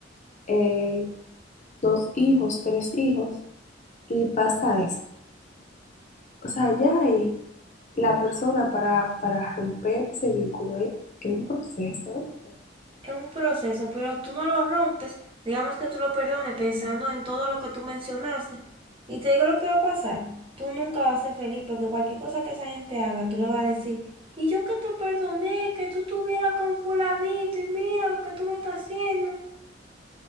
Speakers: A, on the left; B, on the right.
A: eh, dos hijos, tres hijos, y pasa eso. O sea, ya ahí la persona para, para romper ese vínculo es, es un proceso. ¿eh?
B: Es un proceso, pero tú no lo rompes, digamos que tú lo perdones pensando en todo lo que tú mencionaste. Y te digo lo que va a pasar, tú nunca vas a ser feliz porque cualquier cosa que esa gente haga, tú le vas a decir, y yo que te perdoné, que tú estuvieras con fulanito y mira lo que tú me estás haciendo.